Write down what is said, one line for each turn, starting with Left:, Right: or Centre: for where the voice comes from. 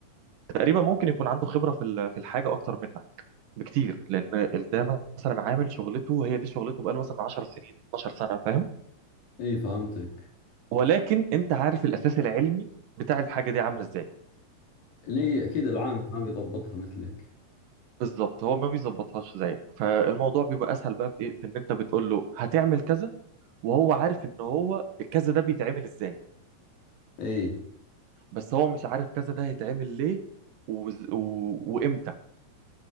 Right: تقريبا ممكن يكون عنده خبرة في ال- في الحاجة أكتر منك بكتير لأن ده مثلا عامل شغلته هي دي شغلته بقاله مثلا 10 سنين 12 سنة فاهم
Left: إي فهمتك
Right: ولكن أنت عارف الأساس العلمي بتاع الحاجة دي عاملة إزاي
Left: اللي أكيد العام ما بيضبطها مثلك
Right: فبالظبط هو ما بيظبطهاش زيك فالموضوع بيبقى أسهل بقى في إيه في إن أنت بتقول له هتعمل كذا وهو عارف إن هو الكذا ده بيتعمل إزاي
Left: إي
Right: بس هو مش عارف كذا ده هيتعمل ليه وز... و... وإمتى